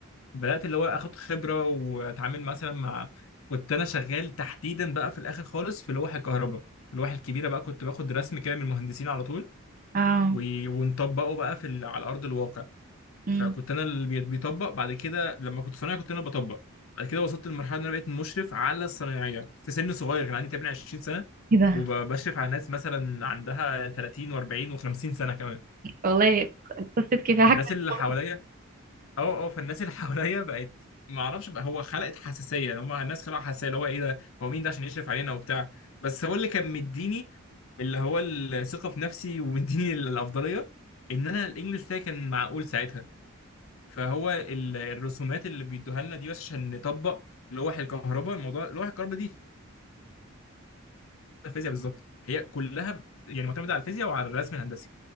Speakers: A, on the left; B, on the right.
A: بدأت اللي هو آخد خبرة وأتعامل مثلا مع كنت أنا شغال تحديدا بقى في الآخر خالص في لوح الكهرباء اللوح الكبيرة بقى كنت باخد رسم كده من المهندسين على طول
B: اه
A: و- ونطبقه بقى في ال... على أرض الواقع
B: امم
A: فكنت انا اللي بي- بيطبق بعد كده لما كنت صنايعي كنت انا بطبق بعد كده وصلت لمرحله ان انا بقيت مشرف على الصنايعيه في سن صغير كان عندي تقريبا 20 سنه
B: ايه ده
A: وبشرف على ناس مثلا عندها 30 و40 و50 سنه كمان
B: والله قصة كفاحك
A: فالناس
B: في
A: اللي
B: الشغل
A: حواليا اه اه فالناس اللي <laughs> حواليا بقت ما اعرفش بقى هو خلقت حساسيه يعني هم الناس خلقوا حساسيه اللي هو ايه ده هو مين ده عشان يشرف علينا وبتاع بس هو اللي كان مديني اللي هو الثقه في نفسي ومديني الافضليه ان انا الانجليش بتاعي كان معقول ساعتها فهو ال- الرسومات اللي بيدوها لنا دي بس عشان نطبق لوح الكهرباء الموضوع لوح الكهرباء دي الفيزياء بالظبط هي كلها يعني معتمده على الفيزياء وعلى الرسم الهندسي